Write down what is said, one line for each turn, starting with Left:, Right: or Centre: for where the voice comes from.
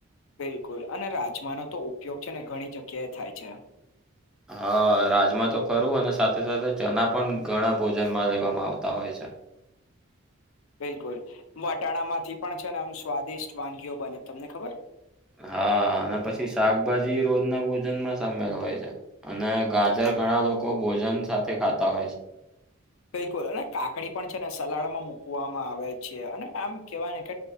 Left: બિલકુલ અને રાજમાનો તો ઉપયોગ છે ને ઘણી જગ્યાએ થાય છે.
Centre: હા રાજમા તો ખરું અને સાથે સાથે ચણા પણ ઘણા ભોજનમાં લેવામાં આવતા હોય છે.
Left: બિલકુલ વટાણા માંથી પણ છે ને આમ સ્વાદિષ્ટ વાનગીઓ બને તમને ખબર.
Centre: હા અને પછી શાકભાજી રોજના ભોજન માં સામેલ હોય છે. અને ગાજર ઘણા લોકો ભોજન સાથે ખાતા હોય છે.
Left: બિલકુલ અને કાકડી પણ છે ને સલાડમાં મૂકવામાં આવે છે અને આમ કહેવાય ને કે